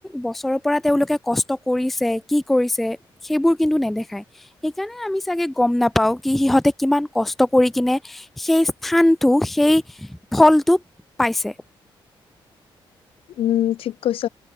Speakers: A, in the centre; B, on the left (about 80°).
A: বছৰৰ পৰা তেওঁলোকে কষ্ট কৰিছে কি কৰিছে সেইবোৰ কি ন্তু নেদেখায় সেইকাৰণে আমি চাগে গম নাপাও কি সিহঁতে কিমান কষ্ট কৰি কিনে সেই স্থানটো সেই ফলটো পাইছে
B: উম ঠিক কৈছ